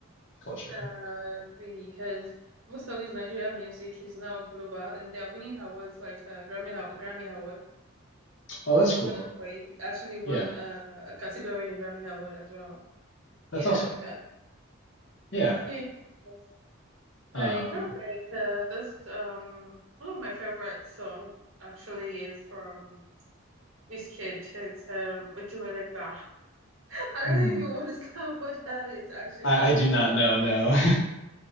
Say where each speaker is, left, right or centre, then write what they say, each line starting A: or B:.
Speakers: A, on the left; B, on the right.
A: culture.
B: Uh, really, because most of these Nigerian music is now global, and they are winning awards like uh, Grammy Grammy Award.
A: Oh, that's cool.
B: Burna Boy actually won
A: Yeah,
B: uh, a category in Grammy Award as well.
A: that's
B: Yeah,
A: awesome.
B: but
A: Yeah.
B: yeah, yes. I
A: Um,
B: kind of like uh, this. Um, one of my favorite songs actually is from Wizkid. It's um Ojuelegba. <laughs> I don't
A: mhm.
B: know if you <laughs> understand what that is actually.
A: I I do not know, no.